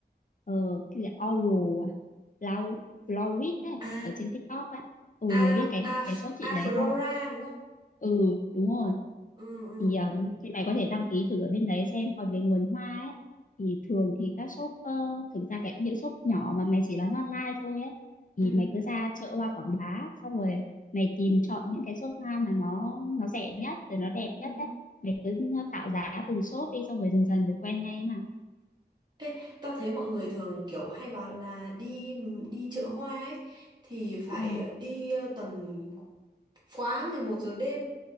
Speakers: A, on the left; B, on the right.
A: ờ cái gì Oral à Flow- Florid ấy
B: à
A: ở trên TikTok á ừ
B: a
A: mày biết cái
B: a
A: cái shop chị
B: a
A: đấy
B: Flora
A: không
B: đúng không
A: ừ đúng rồi
B: ừ ừ
A: thì um, thì mày có thể đăng ký thử ở bên đấy xem còn về nguồn hoa ấy thì thường thì các shop ờ, thực ra cái những shop nhỏ mà mày chỉ bán online thôi ấy thì
B: ừ
A: mày cứ ra chợ hoa Quảng Bá xong rồi mày tìm chọn những cái shop hoa mà nó nó rẻ nhất rồi nó đẹp
B: ừ
A: nhất đấy mày cứ ờ, khảo giá từng shop đi xong rồi dần dần rồi quen ngay mà
B: Ê, tao thấy mọi người thường kiểu hay bảo là đi đi chợ hoa ấy thì phải
A: ờ
B: đi ờ, tầm quá 11 giờ đêm